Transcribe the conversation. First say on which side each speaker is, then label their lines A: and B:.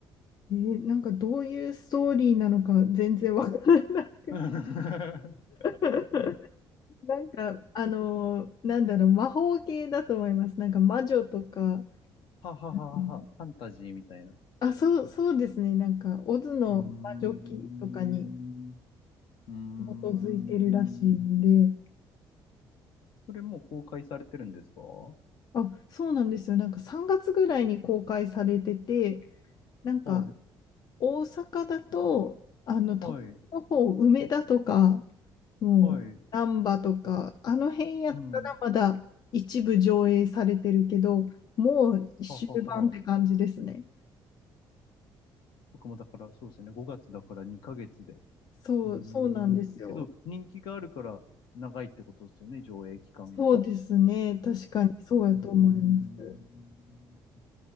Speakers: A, on the left; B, on the left.
A: えーなんかどういうストーリーなのか全然わからなくて
B: <laughs>
A: <laughs> なんか、あのーなんだろう、魔法系だと思います。なんか魔女とか、
B: ははははは、
A: うん
B: ファンタジーみたいな。う
A: あ、そう、そうですね。なんか、オズの魔女記とかに
B: ーん。うーん。
A: 基づいてるらしいんで、
B: それもう公開されてるんですかは
A: あ、そうなんですよ。なんか3月ぐらいに公開されてて、なんか、
B: い。
A: 大阪だと、あの、都会の方、
B: はい。
A: 梅田とか、もう、
B: はい。
A: 難波とか、あの辺やったらまだ一部上映されてるけど、
B: うん。
A: もう終盤って感じですね。
B: はははは。僕もだから、そうですね。5月だから2ヶ月で。
A: そう、
B: うー
A: そうなんですよ。
B: ん。けど、人気があるから長いってことですよね、上映期間が。
A: そうですね。
B: う
A: 確かにそうやと思います。
B: ーん。